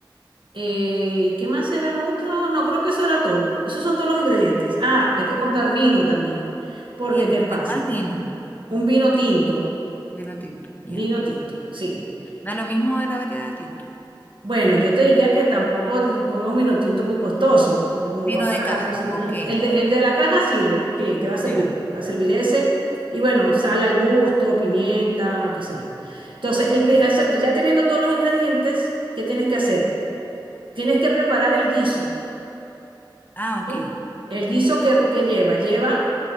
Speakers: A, on the right (about 75°); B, on the left (about 20°).
A: eh, ¿y qué más era lo otro? No, creo que eso era todo. Esos son todos los ingredientes. Ah, hay que comprar vino también, porque
B: Vino,
A: ¿qué pasa?
B: ¿de cuál vino?
A: Un vino tinto,
B: Vino tinto, ya.
A: vino tinto, sí.
B: Da lo mismo de la variedad de tinto.
A: Bueno, yo te diría que tampoco
B: Sí.
A: pongas un minotinto muy costoso, porque como
B: Vino
A: va para
B: de caja,
A: la cocina,
B: ok.
A: el de, el de la caja sirve, sí, te va a servir,
B: Ya, ya.
A: va a servir ese. Y bueno, sal al gusto, pimienta, qué sé yo. Entonces, el pri- eso- ya teniendo todos los ingredientes, ¿qué tienes que hacer? Tienes que preparar el guiso.
B: Ah, ok.
A: ¿sí? El guiso que, que lleva, lleva